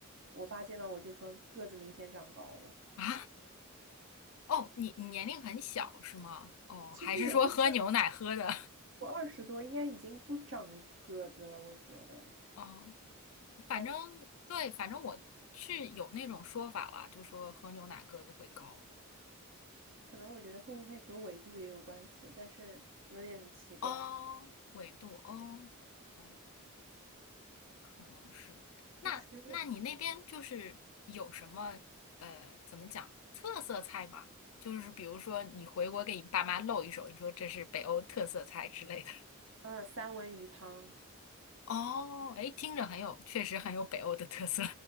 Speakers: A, on the right; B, on the left.
A: 我爸见到我就说个子明显长高了。
B: 啊。哦，你你年龄很小是吗？哦，
A: 其实也不是，
B: 还是说喝牛奶喝的？
A: 我二十多应该已经不长个子了，我觉得。
B: <laughs> 哦。反正
A: 但是。
B: 对，反正我是有那种说法啦，就说喝牛奶个子会高
A: 可能我觉得会不会和纬度也有关系，但是有点奇怪。
B: 哦，纬度哦，哎，可能是。那那你那边就是有什么呃，
A: 其实，嗯，
B: 怎么讲特色菜吗？就是比如说你回国给你爸妈露一手，你说这是北欧特色菜之类的。
A: 嗯，三文鱼汤，
B: <laughs> 哦，哎，听着很有，确实很有北欧的特色。